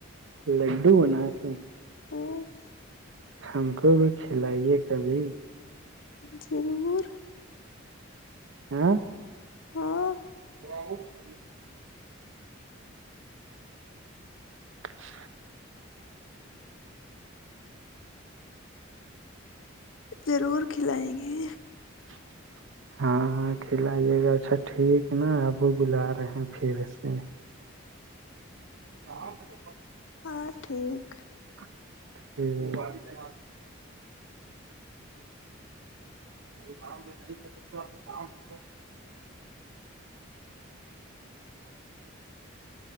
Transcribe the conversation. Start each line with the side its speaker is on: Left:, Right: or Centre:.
Right: لڈو بنا کے
Left: ہ <unintelligible>
Right: ہم کو بھی کھلائیے کبھی
Left: ضرور
Right: ہوں
Left: ہاں
Right: اور <unintelligible> <unintelligible>
Left: ضرور کھلائیں گے
Right: <unintelligible> ہاں کھلائیے گا اچھا ٹھیک ہے نا ابو بلا رہے ہیں پھر سے ہاں تو <unintelligible>
Left: ہاں ٹھیک
Right: ہوں <unintelligible> <unintelligible>